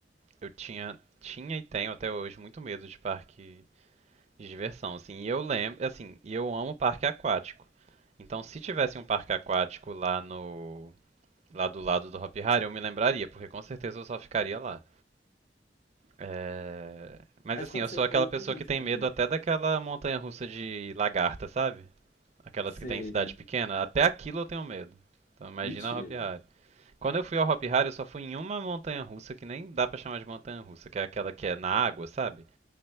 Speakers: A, on the right; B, on the left.
A: eu tinha, tinha e tenho até hoje muito medo de parque de diversão, assim. E eu lembro, assim, e eu amo parque aquático. Então, se tivesse um parque aquático lá no, lá do lado do Hopi Hari, eu me lembraria, porque com certeza eu só ficaria lá. É, Mas
B: Mas
A: assim,
B: quando
A: eu sou
B: você
A: aquela
B: foi, por
A: pessoa
B: que que
A: que tem
B: você
A: medo
B: não?
A: até daquela montanha-russa de lagarta, sabe? Aquelas
B: Você.
A: que tem em cidade pequena, até aquilo eu tenho medo. Então imagina
B: Mentira.
A: a Hopi Hari. Quando eu fui ao Hopi Hari, eu só fui em uma montanha-russa que nem dá pra chamar de montanha-russa, que é aquela que é na água, sabe?